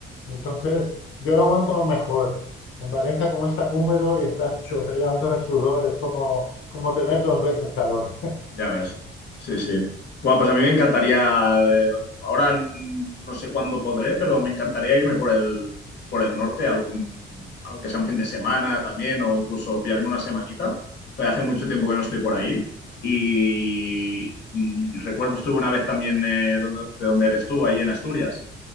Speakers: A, on the left; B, on the left.
A: y entonces yo lo aguanto mejor. En Valencia, como es tan húmedo y estás chorreando de sudor, es como, como tener dos veces calor. <laughs>
B: Ya ves. Sí, sí. Bueno, pues a mí me encantaría, eh, ahora no sé cuándo podré, pero me encantaría irme por el, por el norte, algún, aunque sea un fin de semana también, o incluso pillarme una semanita. Pero hace mucho tiempo que no estoy por ahí. Y, y recuerdo, estuve una vez también eh, donde- de donde eres tú, ahí en Asturias.